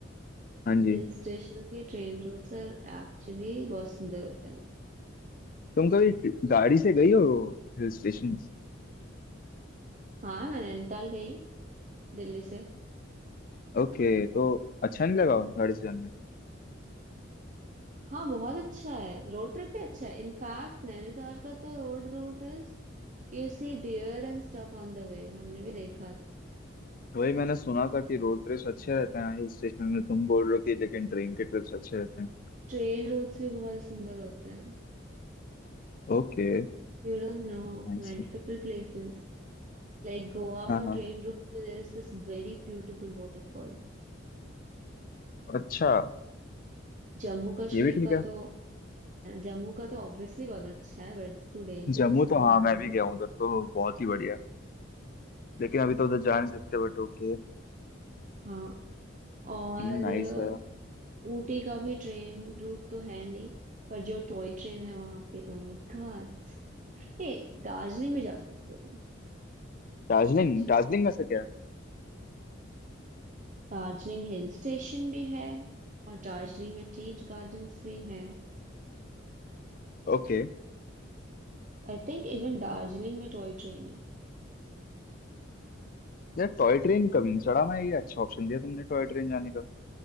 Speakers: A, on the left; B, on the right.
A: हाँ जी
B: Hill station के ट्रेन रूट सर एक्चुअली बहुत सुंदर होते हैं
A: तुम कभी गाड़ी से गई हो Hill station
B: हाँ मैं नैनीताल गई हूँ दिल्ली से
A: ओके तो अच्छा नहीं लगा गाड़ी से जाने में
B: हाँ बहुत अच्छा है रोड ट्रिप भी अच्छा है इनफैक्ट नैनीताल का तो road route is you see deer and stuff on the way हमने भी देखा था
A: वही मैंने सुना था कि रोड ट्रिप्स अच्छे रहते हैं हिल स्टेशन में तुम बोल रहे हो कि लेकिन ट्रेन के ट्रिप्स अच्छे रहते हैं
B: ट्रेन रूट्स भी बहुत सुंदर होते हैं
A: ओके
B: you don't know
A: नाइस
B: multiple places Like Goa
A: हाँ
B: का
A: हाँ
B: ट्रेन रूट में there is this very beautiful waterfall
A: अच्छा
B: Jammu Kashmir
A: ये भी ठीक
B: का
A: है
B: तो जम्मू का तो ऑब्वियसली बहुत अच्छा है बट इट्स टू डेंजरस
A: जम्मू
B: तो
A: तो
B: वहां
A: हाँ मैं
B: तो
A: भी
B: नहीं
A: गया हूँ उधर तो बहुत ही बढ़िया है। लेकिन अभी तो उधर जा नहीं सकते बट ओके
B: हाँ, और
A: नाइस
B: अ,
A: है
B: ऊटी का भी ट्रेन रूट तो है नहीं पर जो टॉय ट्रेन है वहां पे ओ माय गॉड ए दार्जिलिंग भी जा सकते हो तुम,
A: दार्जिलिंग
B: बच्चे
A: दार्जिलिंग में से क्या
B: दार्जिलिंग हिल स्टेशन भी है और दार्जिलिंग में टी गार्डन्स भी हैं
A: ओके
B: आई थिंक इवन दार्जिलिंग में टॉय ट्रेन है
A: यार टॉय ट्रेन कभी नहीं चढ़ा मैं ये अच्छा ऑप्शन दिया तुमने टॉय ट्रेन जाने का